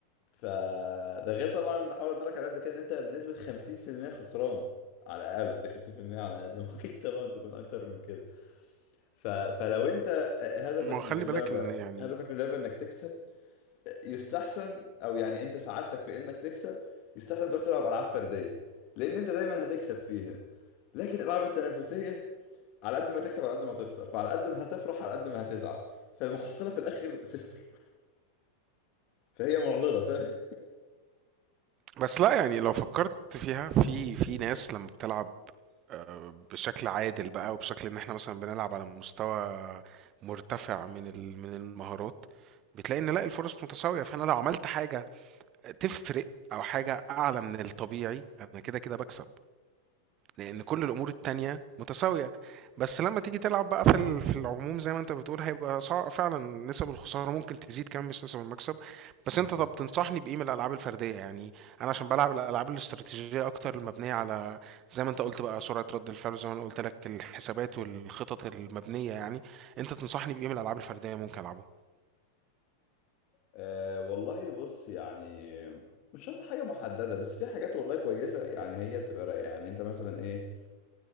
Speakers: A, on the left (about 40°); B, on the right (about 35°).
A: فده غير طبعا الحوار اللي قلت لك عليه قبل كده ان انت بنسبة 50% خسران على الاقل دي 50% على الاقل <laughs> ممكن طبعا تكون اكتر من كده ف... فلو انت هدفك
B: ما هو خلي
A: من اللعبة
B: بالك ان يعني
A: هدفك من اللعبة انك تكسب يستحسن او يعني انت سعادتك في انك تكسب يستحسن تروح تلعب العاب فردية لان انت دايما هتكسب فيها لكن الالعاب التنافسية على قد ما تكسب على قد ما تخسر فعلى قد ما هتفرح على قد ما هتزعل فالمحصلة في الاخر صفر فهي معضلة
B: بس لا يعني لو فكرت فيها في في ناس لما بتلعب آه، بشكل عادل بقى وبشكل ان احنا مثلا بنلعب على مستوى مرتفع من ال- من المهارات بتلاقي ان لا الفرص متساوية فانا لو عملت حاجة تفرق او حاجة اعلى من الطبيعي انا كده كده بكسب لان كل الامور التانية متساوية بس لما تيجي تلعب بقى في ال- في العموم زي ما انت بتقول هيبقى صعب فعلا نسب الخسارة ممكن تزيد كمان مش نسب المكسب بس
A: فاهم
B: انت طب تنصحني بايه من الالعاب الفردية يعني انا عشان بلعب الالعاب الاستراتيجية اكتر المبنية على زي ما انت قلت بقى سرعة رد الفعل زي ما انا قلت لك الحسابات والخطط المبنية يعني انت تنصحني بايه من الالعاب الفردية ممكن العبه
A: أه والله بص يعني مش شرط حاجة محددة بس في حاجات والله كويسة يعني هي بتبقى رايقة يعني انت مثلا ايه